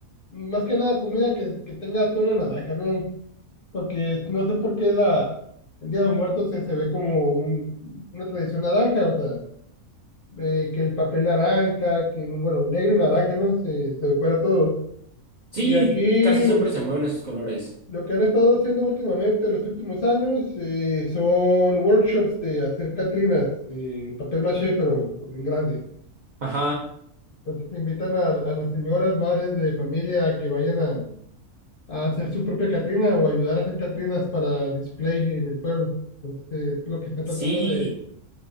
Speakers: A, on the left (about 55°); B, on the right (about 75°).
A: más que nada comida que, que tenga tono naranja, ¿no? porque no sé por qué la, el Día de Muertos se, se ve como un, una tradición naranja, o sea, eh, que el papel naranja, que, bueno, negro y naranja, ¿no? Se, se decora todo.
B: Sí,
A: Y aquí
B: casi siempre
A: lo que,
B: se mueven esos colores.
A: lo que han estado haciendo últimamente, en los últimos años, eh, son workshops de hacer catrinas, eh, papel maché, pero en grande.
B: Ajá.
A: Entonces se invitan a, a las señoras, madres de familia, a que vayan a a hacer su propia Catrina o ayudar a hacer Catrinas para display en el pueblo. Entonces, es lo que están
B: Sí,
A: tratando de,